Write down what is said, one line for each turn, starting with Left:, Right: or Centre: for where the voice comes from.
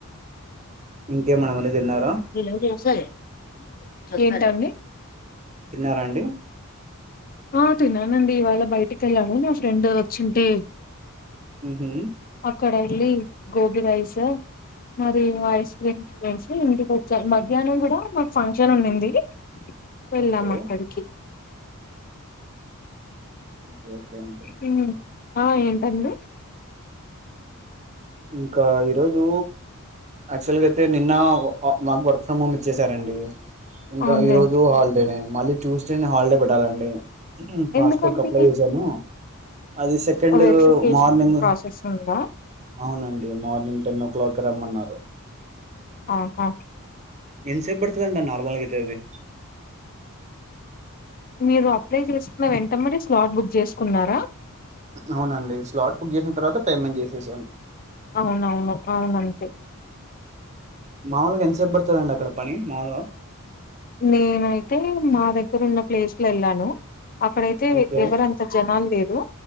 Right: ఇంకేమన్నా మరి తిన్నారా
Left: ఇ సర ఏంట అండి
Right: తిన్నారాండి
Left: ఆ తిిననండి ఇవాళ బయటికి వెళ్ళాను నా ఫ్రెండ్ వచుంటే
Right: ఉహు
Left: అక్కడ వెళ్ళి గోబి రైస్ మరి ఐస్ క్రీమ్ ఇంటిక వచ్చారు మధ్యాహ్నం కూడా మాకు ఫంక్షన్ ఉన్నింది వెళ్ళాం
Right: ఓకే
Left: అక్కడికి
Right: ఓకే ఓకే అండి
Left: హ ఆ ఏంటండీ
Right: ఇంకా ఈరోోజు యాక్చువల్గా అయితే నిన్న మాకు వర్క్ ఫ్రమ్ హోమ్ ఇచ్చేసారంండి ఇంకా
Left: అవునులేండి
Right: ఈరోజు హాల్దేనే మళ్ళీ ట్యూస్డే న హాలిడే పెట్టాలండి
Left: ఎందుకండి
Right: పాస్పోర్ట్ కి అప్లై చేశాను అది సెకండ్
Left: వెరిఫికేషన్
Right: మార్నింగ్
Left: ప్రాసెస్ ఉందా
Right: అవునండి మార్నింగ్ టెన్ ఓ క్లాక్ రమ్మన్నారు
Left: ఆహా
Right: ఇన్సేపు పడుతుదంట నార్మల్ అతేవి
Left: మీరు అప్లై చేసుకున్న వెంట మడి స్లాట్ బుక్ చేసుకున్నారా
Right: అవునండి స్లాట్ బుక్ చేసిన తర్వాత పేమెంట్ చేసేసాను
Left: అవునవును అవునంతే
Right: మాములుగా ఎంతసేపు పడుతుందిండి అక్కడ పని మాముూలుగా
Left: నేనైతే మా దగ్గర ఉన్న ప్లేస్ లో వెళ్ళాను అక్కడైతే
Right: ఓకే
Left: ఎవరంత జనాలు లేరు